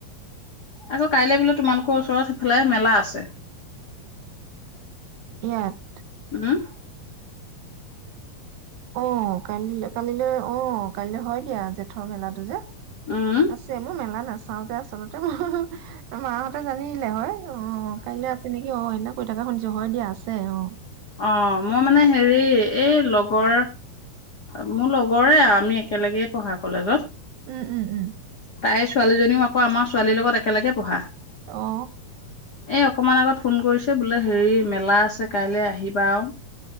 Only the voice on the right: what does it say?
ইয়াত,
আহ কালি কালিলৈ আহ কালিলৈ হয় দিয়া জেঠৰ মেলাটো যে
আছে মোৰ মেলা নাছে, চাও যে আচল্ততে মোৰ মাহঁতে জানি আহিলে হয় অ' কাইলৈ আছে নেকি অ সনা ক থাককাে শুনিছো হয় দিয়া আছে অ'
উম উম উম!
অ